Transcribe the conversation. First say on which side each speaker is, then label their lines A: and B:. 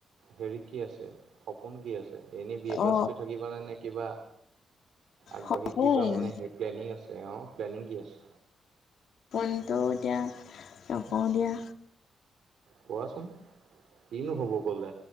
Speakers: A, on the right; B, on the left.
A: হেৰি কি আছে সপোন কি আছে এনেই বি এ পাছ
B: অ
A: কৰি থাকিবানে নে কিবা আগবাঢ়ি
B: সপোন
A: কিবা মানে হেৰি প্লেনিং আছে অঁ', প্লেনিং কি আছে?
B: পোনটো এতিয়া নকওঁ দিয়া।
A: কোৱাচোন কিনো হ'ব ক'লে?